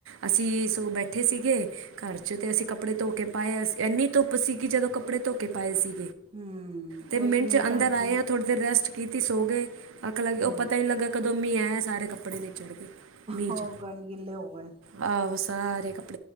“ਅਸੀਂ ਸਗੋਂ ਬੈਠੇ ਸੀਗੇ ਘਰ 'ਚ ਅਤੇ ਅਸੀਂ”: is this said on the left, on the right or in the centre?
Right